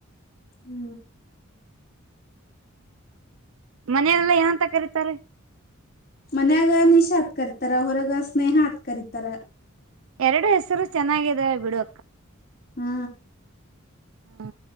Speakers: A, on the left; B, on the right.
A: ಹೂ
B: ಮನೆರೆಲ್ಲ ಏನಂತ ಕರೀತಾರಿ
A: ಮನ್ಯಾಗ ನಿಶಾ ಹತ್ ಕರಿತಾರ ಹೊರಗ ಸ್ನೇಹ ಹತ್ ಕರಿತಾರ
B: ಎರಡು ಹೆಸರು ಚೆನ್ನಾಗಿದಾವ ಬಿಡು
A: ಹೂ
B: ಹಾ